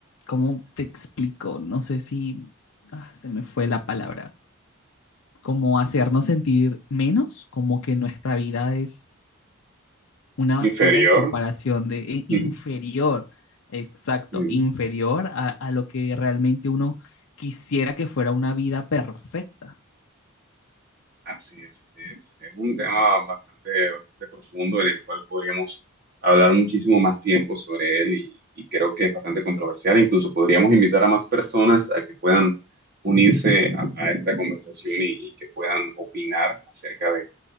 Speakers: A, on the left (about 75°); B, on the right (about 45°).
A: ¿cómo te explico? No sé si ah, se me fue la palabra. Como hacernos sentir menos, como que nuestra vida es una
B: Inferior.
A: basura en comparación de e- inferior,
B: Mm.
A: exacto,
B: <laughs>
A: inferior a, a lo que realmente uno quisiera que fuera una vida perfecta.
B: Así es, así es. Es un tema bastante, bastante profundo en el cual podríamos hablar muchísimo más tiempo sobre él y, y creo que es bastante controversial. Incluso podríamos invitar a más personas a que puedan unirse a, a esta conversación y, y que puedan opinar acerca de